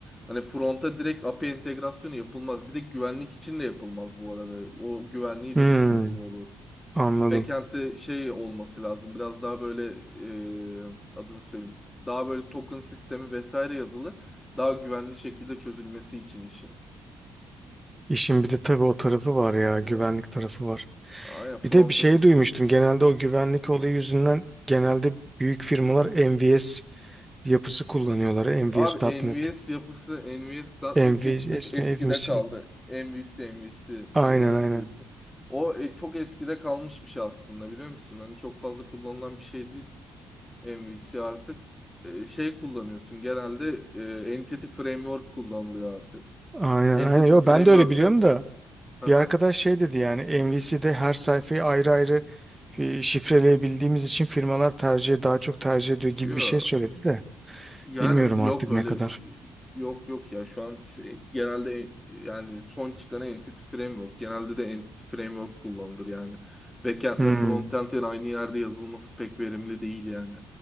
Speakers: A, on the left; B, on the right.
A: hani fronta direkt API entegrasyonu yapılmaz. Bir de güvenlik için de yapılmaz bu arada. O güvenliği
B: Hmm.
A: de sıkıntılı olur.
B: Anladım.
A: Backend'de şey olması lazım. Biraz daha böyle e, adını söyleyeyim. Daha böyle token sistemi vesaire yazılı. Daha güvenli şekilde çözülmesi için işin.
B: İşin bir de tabii o tarafı var ya,
A: Ama
B: güvenlik tarafı var.
A: Aynen frontta
B: Bir de bir şey
A: çok
B: duymuştum.
A: güvenli.
B: Genelde o güvenlik olayı yüzünden genelde büyük firmalar MVS yapısı
A: Evet.
B: kullanıyorlar. MVS.net.
A: Abi NVS yapısı, NVS.NET
B: MVS
A: yapısı çok eskide
B: mi ev misin?
A: kaldı. MVC, MVC, MVC
B: Aynen aynen.
A: diyorsun. O e, çok eskide kalmış bir şey aslında biliyor musun? Hani çok fazla kullanılan bir şey değil MVC artık. E, şey kullanıyorsun genelde e, Entity Framework kullanılıyor artık.
B: Aynen
A: Entity
B: aynen. Yo,
A: Framework'te...
B: ben de öyle biliyorum da
A: Aha,
B: bir arkadaş şey dedi yani MVC'de her sayfayı ayrı ayrı e, şifreleyebildiğimiz için firmalar tercih daha çok tercih ediyor gibi
A: yo.
B: bir şey söyledi de
A: Yani
B: bilmiyorum artık
A: yok öyle
B: ne kadar.
A: yok yok ya şu an f- genelde yani son çıkan Entity Framework genelde de Entity Framework kullanılır yani. Backend'le
B: Hmm,
A: frontend'in aynı yerde yazılması pek verimli değil yani.